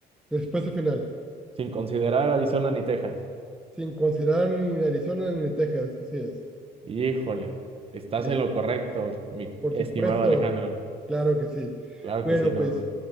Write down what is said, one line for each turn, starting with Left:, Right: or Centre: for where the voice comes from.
Centre: respuesta final.
Right: sin considerar Arizona ni Texas.
Centre: Sin considerar ni Arizona ni Texas, así es.
Right: Híjole, estás
Centre: Que,
Right: en lo correcto, mi
Centre: por
Right: estimado
Centre: supuesto,
Right: Alejandro.
Centre: claro que sí.
Right: Claro
Centre: Bueno,
Right: que sí, no.
Centre: pues